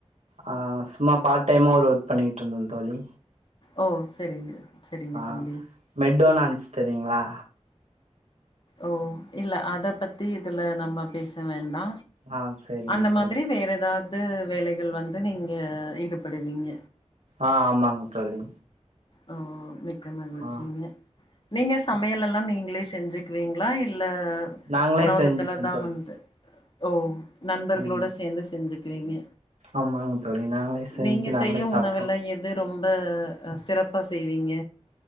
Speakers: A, on the right (about 80°); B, on the left (about 45°).
A: ஆ சும்மா பார்ட் டைம்மா ஒரு ஒர்க் பண்ணிக்கிட்ருந்தே தோழி
B: ஓ செரிங்க செரிங்க
A: ஆ
B: தம்பி
A: மெட்டொனான்ஸ் தெரியுங்ளா
B: ஓ இல்ல அத பத்தி இதுல நம்ம பேச வேண்டா
A: ஆ சரிங்க
B: அந்த
A: தோழி
B: மாதிரி வேற எதாவ்து வேலைகள் வந்து நீங்க ஈடுபடுவீங்க
A: ஆ ஆமாங்க தோழி
B: ஓ மெக்டொனால் வச்சிங்க
A: ஆ
B: நீங்க சமையலெல்லா நீங்களே செஞ்சுக்வீங்ளா இல்ல
A: நாங்களே
B: உணவகத்துலதா
A: செஞ்சுப்போ தோழி
B: வந்து ஓ நண்பர்களோட
A: ம்
B: சேந்து செஞ்சுக்குவீங்க
A: ஆமாங்க தோழி நாங்களே செஞ்சு
B: நீங்க
A: நாங்களே
B: செய்யு
A: சாப்ட்ருவோ
B: உணவுல எது ரொம்ப அ சிறப்பா செய்வீங்க